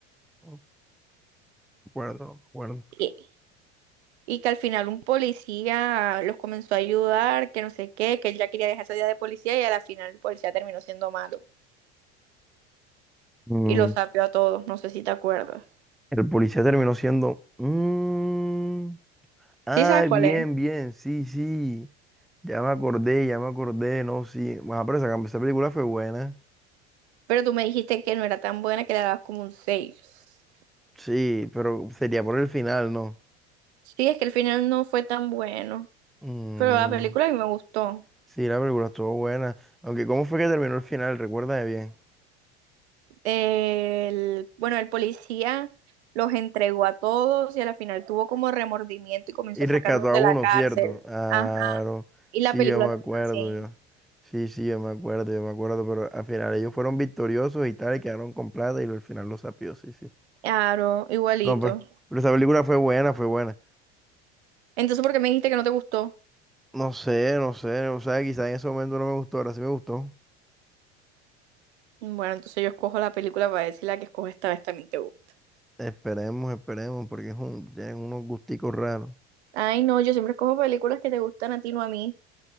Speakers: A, in the centre; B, on the right (about 75°).
A: No recuerdo, no recuerdo.
B: Y, y que al final un policía los comenzó a ayudar, que no sé qué, que él ya quería dejar esa vida de policía y a la final el policía terminó siendo malo.
A: Mm,
B: y los sapeó a todos. No sé si te acuerdas.
A: el policía terminó siendo. mm, ah,
B: Sí sabes cuál
A: bien,
B: es.
A: bien. Sí, sí. Ya me acordé, ya me acordé. No, sí. Bueno, pero esa, esa película fue buena.
B: Pero tú me dijiste que no era tan buena que le dabas como un seis
A: Sí, pero sería por el final, ¿no?
B: Sí, es que el final no fue tan bueno.
A: Mm,
B: Pero la película a mí me gustó.
A: sí, la película estuvo buena. Aunque, ¿cómo fue que terminó el final? Recuérdame bien.
B: El, bueno, el policía los entregó a todos y a la final tuvo como remordimiento y comenzó
A: Y
B: a
A: rescató
B: sacarlos
A: a
B: de
A: uno,
B: la cárcel.
A: ¿cierto? Claro,
B: Ajá. Y
A: sí,
B: la película
A: yo me
B: terminó
A: acuerdo,
B: así.
A: yo. Sí, sí, yo me acuerdo, yo me acuerdo, pero al final ellos fueron victoriosos y tal, y quedaron con plata y al final los sapió, sí, sí.
B: Claro, igualito.
A: No, pero, pero esa película fue buena, fue buena.
B: Entonces, ¿por qué me dijiste que no te gustó?
A: No sé, no sé, o sea, quizás en ese momento no me gustó, ahora sí me gustó.
B: Bueno, entonces yo escojo la película para decir la que escojo esta vez también te gusta.
A: Esperemos, esperemos, porque es un, tienen unos gusticos raros.
B: Ay, no, yo siempre cojo películas que te gustan a ti, no a mí.